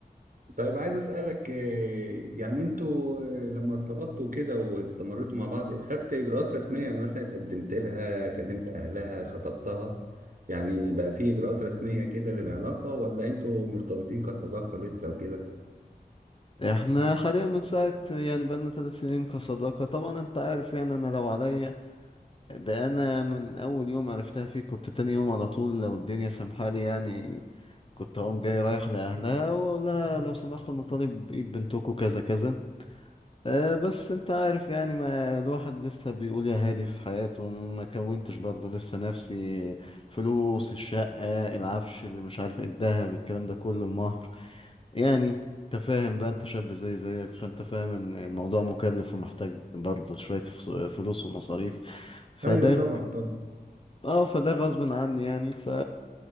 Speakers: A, on the right (about 55°); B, on the left (about 35°).
A: طيب عايز اسالك إيه، يعني انتوا إيه، لما ارتبطتوا كده واستمرتوا مع بعض خدت اجراءات رسميه يعني مثلا اتقدمت لها كلمت اهلها خطبتها يعني بقى في اجراءات رسميه كده للعلاقه ولا انتوا مرتبطين كصداقه لسه وكده
B: إحنا حاليا من ساعة يعني بقالنا ثلاث سنين كصداقة طبعا أنت عارف يعني أنا لو عليا ده انا من اول يوم عرفتها فيك كنت تاني يوم على طول لو الدنيا سامحالي يعني كنت اقوم جاي رايح لاهلها واقول لها لو سمحتوا انا طالب ايد بنتكم كذا كذا أه بس انت عارف يعني ما الواحد لسه بيقول يا هادي في حياته ما كونتش برضه لسه نفسي فلوس الشقة العفش اللي مش عارف ايه الدهب الكلام ده كله المهر يعني انت فاهم بقى انت شاب زي زيك فانت فاهم ان الموضوع مكلف ومحتاج برضه شوية فس- فلوس ومصاريف فده
A: ايوه طبعا طبعا
B: اه فده غصب عني يعني ف